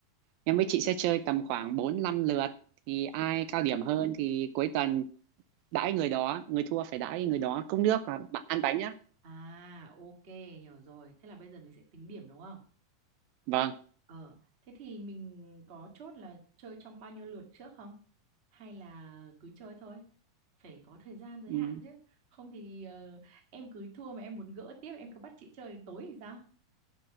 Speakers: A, on the right; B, on the right.
A: em với chị sẽ chơi tầm khoảng 4 5 lượt thì ai cao điểm hơn thì cuối tuần đãi người đó người thua phải đãi người đó cốc nước và bạn ăn bánh nhá
B: À, ok, hiểu rồi. Thế là bây giờ mình sẽ tính điểm đúng không?
A: vâng
B: Ờ, thế thì mình có chốt là chơi trong bao nhiêu lượt trước không? Hay là cứ chơi thôi? Phải có thời gian giới
A: Ừ,
B: hạn chứ. Không thì ờ, em cứ thua mà em muốn gỡ tiếp, em cứ bắt chị chơi đến tối thì sao?